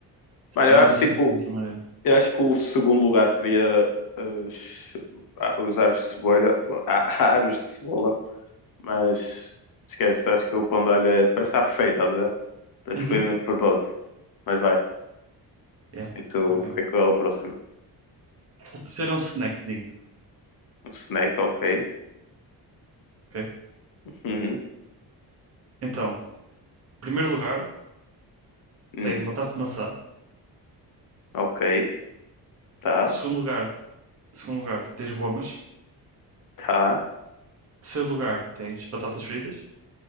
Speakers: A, on the right (about 40°); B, on the left (about 55°).
A: Tipo,
B: Mano,
A: Pelo
B: eu
A: menos
B: acho
A: eu sinto
B: tipo,
A: dessa maneira.
B: eu acho que o segundo lugar seria eh, os, ah, os aros de cebola, ah, <laughs> aros de cebola, mas esquece, acho que o pão de alho é, parece estar perfeito, estás a ver? Parece
A: Uhum,
B: que foi mesmo de propósito. Mas vai.
A: yeah,
B: E tu,
A: ok.
B: o que é que é o próximo?
A: Então, Terceiro é um snackzinho,
B: Um snack, ok.
A: ok?
B: Uhum.
A: Então, primeiro lugar,
B: Hum,
A: tens uma tarte de maçã.
B: ok. Tá.
A: Segundo lugar, segundo lugar, tens gomas.
B: Tá.
A: Terceiro lugar tens batatas fritas.